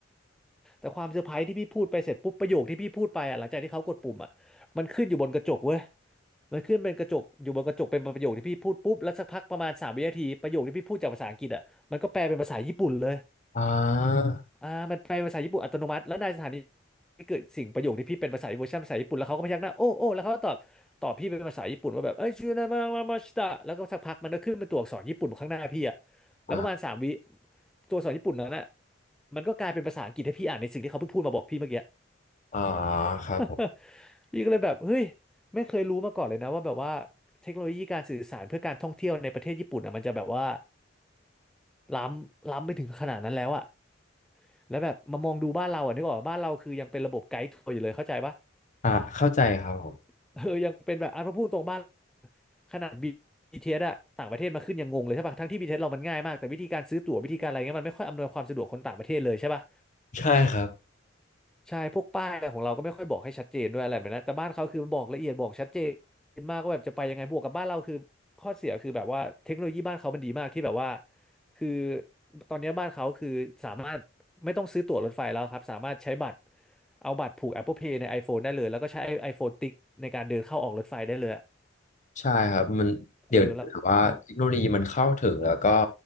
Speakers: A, in the centre; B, on the left (about 40°).
A: แต่ความเซอร์ไพรส์ที่พี่พูดไปเสร็จปุ๊บประโยคที่พี่พูดไปอ่ะหลังจากที่เขากดปุ่มอ่ะมันขึ้นอยู่บนกระจกเว้ยมันขึ้นเป็นกระจกอยู่บนกระจกเป็นประโยคที่พี่พูดปุ๊บแล้วสักพักประมาณสามวินาทีประโยคที่พี่พูดจากภาษาอังกฤษอ่ะมันก็แปลเป็นภาษาญี่ปุ่นเลย
B: อ่า
A: อ่ามันแปลเป็นภาษาญี่ปุ่นอัตโนมัติแล้วในสถานีที่เกิดสิ่งประโยคที่พี่เป็นภาษาเวอร์ชันภาษาญี่ปุ่นแล้วเขาก็พยักหน้าโอ้โอ้แล้วเขาก็ตอบตอบพี่เป็นภาษาญี่ปุ่นว่าแบบเอ้ยชูนามามามาชิตะแล้วก็สักพักมันก็ขึ้นเป็นตัวอักษรญี่ปุ่นข้างหน้าพี่อ่ะแล้วประมาณสามวิ
B: อ่า
A: ตัวอักษรญี่ปุ่นนั้นอ่ะมันก็กลายเป็นภาษาอังกฤษให้พี่อ่านในสิ่งที่เขาเพิ่งพูดมาบอกพี่เมื่อกี้
B: อ่าครับผม
A: <laughs> พี่ก็เลยแบบเฮ้ยไม่เคยรู้มาก่อนเลยนะว่าแบบว่าเทคโนโลยีการสื่อสารเพื่อการท่องเที่ยวในประเทศญี่ปุ่นอ่ะมันจะแบบว่าล้ำล้ำไปถึงขนาดนั้นแล้วอะแล้วแบบมามองดูบ้านเราอะนึกออกปะบ้านเราคือยังเป็นระบบไกด์ทัวร์อยู่เลยเข้าใจปะ
B: อ่าเข้าใจครับผม
A: <laughs> เออยังเป็นแบบอ่ะพอพูดตรงบ้านขนาด BTS อสอะต่างประเทศมาขึ้นยังงงเลยใช่ปะทั้งที่บีทีเ t สเรามันง่ายมากแต่วิธีการซื้อตั๋ววิธีการอะไรเงี้ยมันไม่ค่อยอำนวยความสะดวกคนต่างประเทศเลยใช่ปะ
B: ใช่ครับ
A: ใช่พวกป้ายอะไรของเราก็ไม่ค่อยบอกให้ชัดเจนด้วยอะไรแบบนั้นแต่บ้านเขาคือมันบอกละเอียดบอกชัดเจนมากก็แบบจะไปยังไงบวกกับบ้านเราคือข้อเสียคือแบบว่าเทคโนโลยีบ้านเขามันดีมากที่แบบว่าคือตอนนี้บ้านเขาคือสามารถไม่ต้องซื้อตั๋วรถไฟแล้วครับสามารถใช้บัตรเอาบัตรผูก Apple Pay ใน iPhone ได้เลยแล้วก็ใช้ iPhone ติ๊กในการเดินเข้าออกรถไฟได้เลยอะ
B: ใช่ครับมันเดี๋ยวถือว่าเทคโนโลยีมันเข้าถึงแล้วก็
A: เออแล้วแล้ว